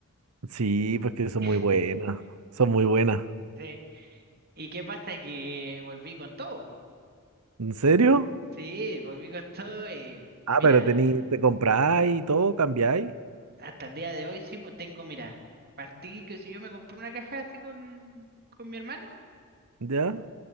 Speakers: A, on the right; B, on the right.
A: Sí, pues que son
B: <laughs>
A: muy buenas. Son muy buenas.
B: Sí. ¿Y qué pasa? Que volví con todo, po.
A: ¿En serio?
B: Sí, volví con todo. eh,
A: Ah,
B: Mira,
A: pero tení, te compráis y todo, cambiáis.
B: hasta el día de hoy sí, pues tengo, mira, partí que si yo me compré una caja así con, con mi hermano.
A: ¿Ya?